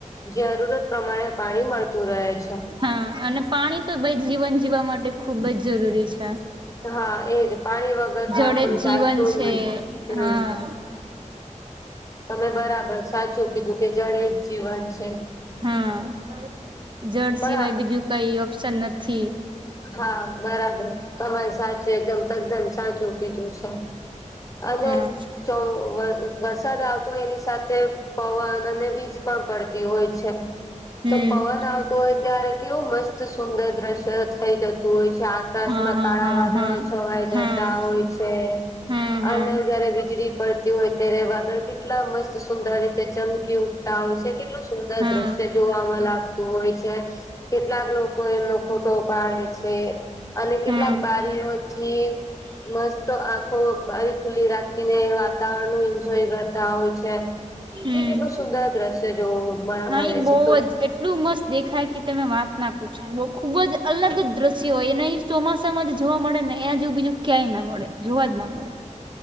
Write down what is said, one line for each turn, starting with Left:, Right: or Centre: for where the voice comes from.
Left: જરૂરત પ્રમાણે પાણી મળતું રહે છે.
Right: હા અને પાણી તો ભાઈ જીવન જીવવા માટે ખુબ જ જરૂરી છે.
Left: હા એજ પાણી વગર તો
Right: જળ
Left: આપડું
Right: જ
Left: ચાલતું
Right: જીવન છે
Left: હમ્મ
Right: હા
Left: તમે બરાબર સાચું કીધું કે જળ એ જ જીવન છે
Right: હા જળ
Left: પણ
Right: સિવાય બીજું કઈ ઓપ્શન નથી
Left: હા બરાબર તમારી સાચ એકદમ તદ્દન સાચું કીધું છે અને
Right: હા
Left: છો વરસાદ આવતો એની સાથે પવન અને વીજ પણ પડતી હોય છે
Right: હમ
Left: તો પવન આવતો હોય ત્યારે કેવું મસ્ત સુંદર દ્રશ્ય થઈ જતું હોય છે આ આકાશમાં
Right: હા
Left: કાળા
Right: હા
Left: વાદળો
Right: હા
Left: છવાઈ જતા
Right: હા હા
Left: હોય છે
Right: હા
Left: અને
Right: હા
Left: જયારે વીજળી પડતી હોય ત્યારે વાદળ કેટલા મસ્ત સુંદર રીતે ચમકી ઉઠતા હોય છે કેટલું સુંદર
Right: હા
Left: દ્રશ્ય જોવાવામાં લાગતું હોય છે કેટલાક લોકો એમનો ફોટો પાડે છે અને
Right: હા
Left: કેટલાક બારીઓથી મસ્ત આંખો બારી ખુલ્લી રાખીને વાત વાતાવરણ નુ એન્જોય કરતા હોય છે
Right: હમ
Left: એ કેટલું સુંદર દ્રશ્ય જોવ મળે
Right: હા એ બહુ
Left: છે તો
Right: એટલું મસ્ત દેખાય કે તમે વાત ના પૂછો બુ ખુબ જ અલગ જ દ્રશ્ય હોય, એને ઈ ચોમાસામાં જોવા જ મળે ને એના જેવું બીજું ક્યાંય ન મળે. જોવા જ ના મળે.